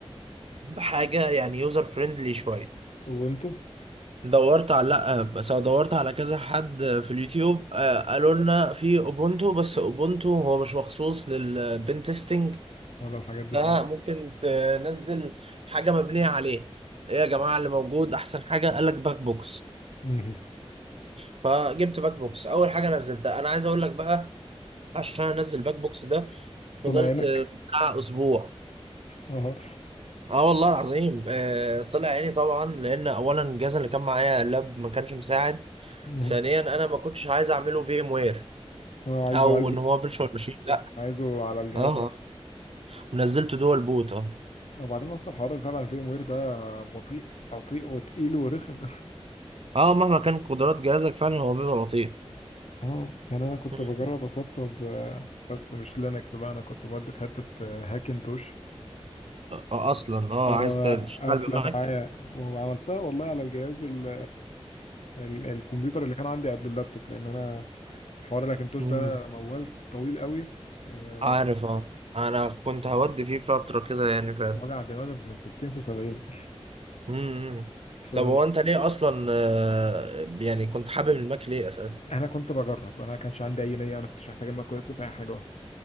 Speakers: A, on the right (about 65°); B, on the left (about 80°).
A: بحاجه يعني يوزر فريندلي شويه
B: وانتوا
A: دورت على لا بس أنا دورت على كذا حد في اليوتيوب آه، قالوا لنا في اوبونتو بس اوبونتو هو مش مخصوص للبن تيستنج
B: ولا الحاجات دي
A: فممكن
B: خالص
A: تنزل حاجه مبنيه عليه ايه يا جماعه اللي موجود احسن حاجه قال لك باك بوكس
B: مهم.
A: فجبت باك بوكس اول حاجه نزلتها انا عايز اقول لك بقى عشان انزل باك بوكس ده فضلت
B: طلع عينك
A: بتاع اسبوع
B: اه
A: اه والله العظيم آه طلع عيني طبعا لان اولا الجهاز اللي كان معايا لاب ما كانش مساعد
B: مهم.
A: ثانيا انا ما كنتش عايز اعمله في ام وير
B: هو عايزه
A: او
B: عايزه
A: ان هو فيرتشوال ماشين لا
B: عايزه على الجهاز
A: اه
B: نفسه
A: ونزلت دول بوت اه
B: وبعدين اصلا الحوار اللي فعلا فيه وير ده بطيء بطيء وتقيل ورخم
A: اه مهما كان قدرات جهازك فعلا هو بيبقى بطيء
B: اه يعني انا كنت
A: مم.
B: بجرب اسطب آه، بس مش لينكس بقى انا كنت مودي في حته آه، هاكنتوش
A: آه اصلا اه
B: اه
A: عايز تشتغل
B: قافله
A: بماك
B: معايا وعملتها والله على الجهاز ال ال الكمبيوتر اللي كان عندي قبل اللابتوب لان انا حوار الاكنتوش
A: مم.
B: ده موال طويل قوي آه،
A: عارف
B: بس
A: اه انا كنت هودي فيه فترة كده يعني فعلا
B: وجع دماغي من 60 في 70
A: مم.
B: <laughs> فمن
A: طب هو
B: شدته
A: انت ليه اصلا آه يعني كنت حابب الماك ليه اساسا
B: انا كنت بجرب انا ما كانش عندي اي نيه انا كنتش محتاج الماك كويس في اي حاجه اصلا